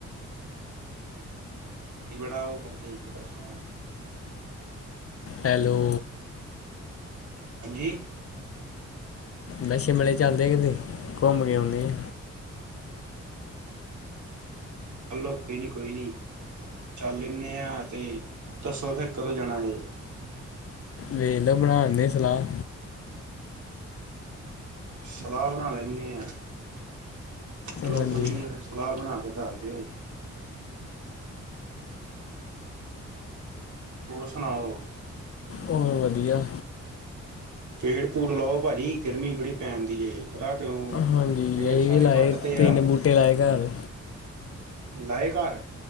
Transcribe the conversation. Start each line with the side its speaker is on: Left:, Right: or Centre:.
Right: ਬੜਾ ਉਹ ਕਰਦੇ ਪਰੇਸ਼ਾਨ।
Left: ਹੈਲੋ।
Right: ਹਾਂਜੀ।
Left: ਮੈਂ ਸ਼ਿਮਲੇ ਚੱਲਦੇ ਕਿਤੇ ਘੁੰਮ ਕੇ ਆਉਂਦੇ ਆਂ।
Right: ਚਲੋ ਕੋਈ ਨੀ, ਕੋਈ ਨੀ, ਚੱਲ ਲੇਨੇ ਆ, ਤੇ ਦੱਸੋ ਫੇਰ ਕਦੋ ਜਾਨਾ ਜੇ?
Left: ਵੇਖਲੋ ਬਣਾਦੇ ਸਲਾਹ।
Right: ਸਲਾਹ ਬਣਾ ਲੈਂਦੇ ਆ ਚਲੋ
Left: ਹਾਂਜੀ
Right: ਕੋਈ ਨੀ। ਸਲਾਹ ਬਣਾ ਕੇ ਦੱਸ ਦਿਓ। ਹੋਰ ਸੁਣਾਓ।
Left: ਹੋਰ ਵਦੀਆ।
Right: ਪੇੜ-ਪੂੜ ਲਾਓ ਪਾਜੀ ਗਰਮੀ ਬੜੀ ਪੈਂਨਦੀ ਏ ਪਤਾ ਕਿਉਂ
Left: ਹਾਂਜੀ
Right: ਪੇੜ
Left: ਅਸੀਂ
Right: ਸਾਰੇ
Left: ਵੀ ਲਾਏ
Right: ਕੱਟ ਤੇ
Left: ਤਿੰਨ
Right: ਆ।
Left: ਬੂਟੇ ਲਾਏ ਘਰ
Right: ਲਾਏ ਘਰ